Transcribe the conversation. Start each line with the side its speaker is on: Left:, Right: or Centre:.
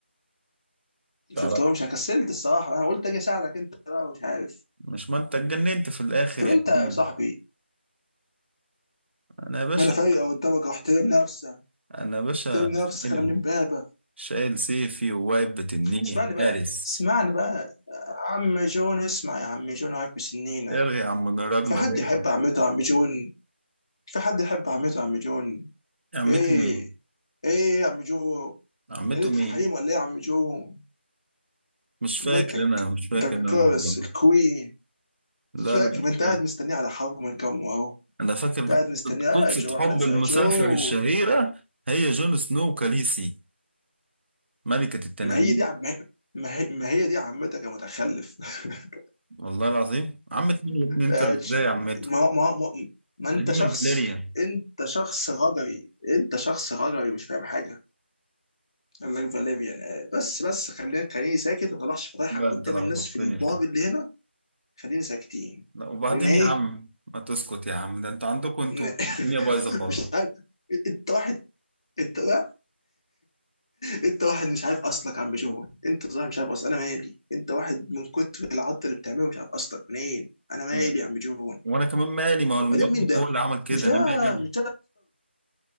Left: ما
Right: تعرف
Left: شفتهمش انا كسلت الصراحه انا قلت اجي اساعدك انت بقى مش عارف
Right: مش ما انت اتجننت في الاخر
Left: طب
Right: يا
Left: انت
Right: عم
Left: يا صاحبي
Right: انا يا باشا
Left: وانا فايقه قدامك احترم نفسك
Right: انا يا باشا
Left: احترم نفسك
Right: شايل
Left: انا من امبابه
Right: شايل سيفي وواقف بتنيني
Left: اسمعني بقى
Right: حارس
Left: اسمعني بقى عم جون اسمع يا عم جون عارف بسنينك
Right: ارغي يا عم راجنر
Left: في حد
Right: ارغي
Left: يحب عمته عم جون في حد يحب عمته عم جون
Right: عمته
Left: ايه
Right: مين؟
Left: ايه يا عم جون
Right: عمته
Left: ليلة
Right: مين؟
Left: الحريم ولا ايه يا عم جون
Right: مش فاكر
Left: عمتك
Right: انا مش فاكر
Left: ده
Right: انا
Left: الكرس
Right: الموضوع ده
Left: الكوين
Right: لا
Left: مش فاكر
Right: لا مش
Left: ما انت قاعد
Right: فاكر
Left: مستنيه على حرم الجمر اهو
Right: انا فاكر
Left: انت قاعد مستنيه يا
Right: قصة
Left: جو هننسى
Right: حب المسلسل
Left: يا جون
Right: الشهيرة هي جون سنو وكاليسي ملكة التنانين
Left: ما هي دي عم... ما هي ما هي دي عمتك يا متخلف <laughs>
Right: والله العظيم عمت مين يا ابني انت
Left: آه،
Right: ازاي عمته؟
Left: ما هو- ما هو- ما, ما انت
Right: دي
Left: شخص
Right: من الفاليريا
Left: انت شخص غجري انت شخص غجري مش فاهم حاجه قال لك فاليفيان آه، بس بس خليني خليني ساكت ما طلعش فضايحك
Right: لا
Left: قدام
Right: انت لخبطتني
Left: الناس في البار
Right: في ده
Left: اللي هنا خليني ساكتين
Right: لا وبعدين
Left: خلينا ايه
Right: يا عم ما تسكت يا عم ده انتوا عندكم انتوا
Left: ن- <laughs>
Right: الدنيا بايظة خالص
Left: مش عارف انت واحد انت واحد انت واحد مش عارف اصلك يا عم جون انت صاحب مش عارف اصلك انا مالي انت واحد من كتر العط اللي بتعمله مش عارف اصلك منين انا مالي
Right: أنا-
Left: يا عم جون
Right: وانا كمان مالي ما هو
Left: وبعدين
Right: المؤلف
Left: مين ده
Right: هو اللي عمل كده
Left: مش ده
Right: انا مالي
Left: مش ده